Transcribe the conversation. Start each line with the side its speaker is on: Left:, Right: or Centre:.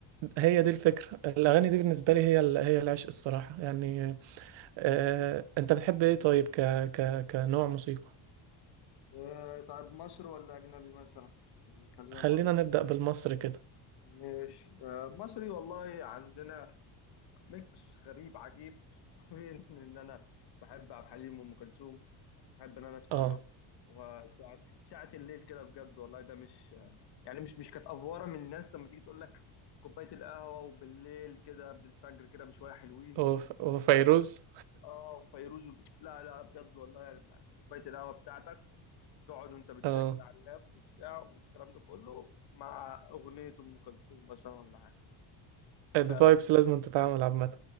Right: هي دي الفكرة الأغاني دي بالنسبة لي هي ال- هي العشق الصراحة يعني آه، أنت بتحب إيه طيب ك ك كنوع موسيقى
Left: آه طيب مصري ولا اجنبي مثلا يعني خلينا
Right: خلينا
Left: مصري
Right: نبدأ بالمصري كده
Left: ماشي آه مصري والله عندنا ميكس غريب عجيب <laughs> بين ان انا بحب عبد الحليم وام كلثوم بحب ان انا اسمع
Right: أه
Left: لهم وساعة ساعة الليل كده بجد والله ده مش يعني مش مش كانت افوره من الناس لما تيجي تقول لك كوبايه القهوه وبالليل كده قبل الفجر كده بشويه حلوين
Right: وف-
Left: و...
Right: وفيروز
Left: اه وفيروز و... لا لا بجد والله يعني كوبايه القهوه بتاعتك تقعد وانت بتذاكر
Right: أه
Left: على اللاب وبتاع والكلام ده كله مع اغنيه ام كلثوم مثلا ولا حاجه
Right: الفايبس
Left: ف...
Right: لازم تتعامل عامة